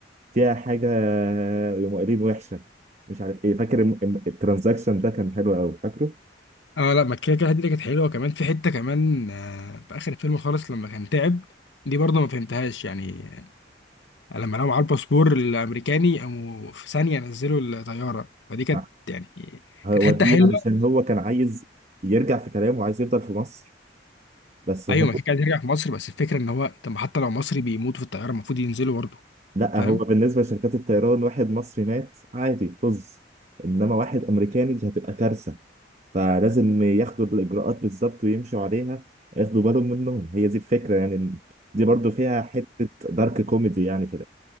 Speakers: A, on the right (about 40°); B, on the left (about 75°).
A: فيها حاجة يوم قايلين وحشة مش عارف ايه فاكر الم- الم- الترانزاكشن ده كان حلو قوي فاكره
B: اه لا ما كده كده الحته دي كانت حلوه كمان في حته كمان آه في اخر الفيلم خالص لما كان تعب دي برضه ما فهمتهاش يعني لما لقوا معاه الباسبور الامريكاني قاموا في ثانيه نزلوا الطياره فدي كانت
A: آه.
B: يعني
A: هو
B: كانت حته
A: دي
B: حلوه
A: علشان هو كان عايز يرجع في كلامه وعايز يفضل في مصر بس هو
B: ايوه ما كان عايز يرجع في مصر بس الفكره ان هو طب ما حتى لو مصري بيموت في الطياره المفروض ينزلوا برضه
A: لا
B: فاهم
A: هو بالنسبة لشركات الطيران واحد مصري مات عادي طز انما واحد امريكاني دي هتبقى كارثة فلازم ياخدوا الاجراءات بالظبط ويمشوا عليها ياخدوا بالهم منهم هي دي الفكرة يعني دي برضو فيها حتة دارك كوميدي يعني في